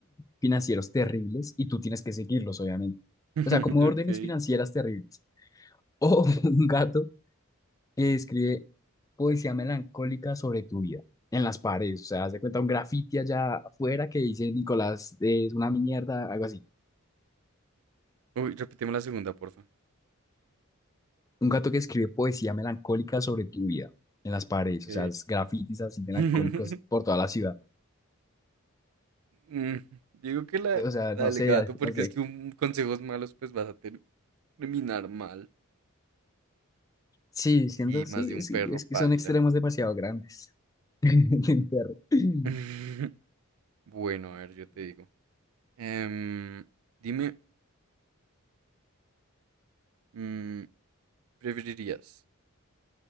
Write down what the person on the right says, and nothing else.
<laughs>
ok.
Uy, repetimos la segunda, porfa.
Ok.
<laughs>
Mm, Digo que la,
la
del
gato,
porque
es que un consejos malos, pues vas a ter- terminar mal.
Sí, más
de un
perro
paila.
<laughs> Bueno, a ver, yo te digo. Em, dime, mm, ¿preferirías?